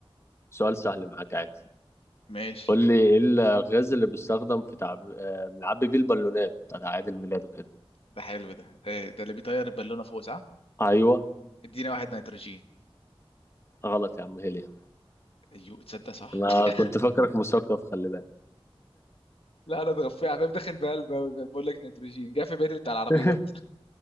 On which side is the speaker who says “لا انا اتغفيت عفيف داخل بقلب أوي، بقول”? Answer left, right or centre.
Left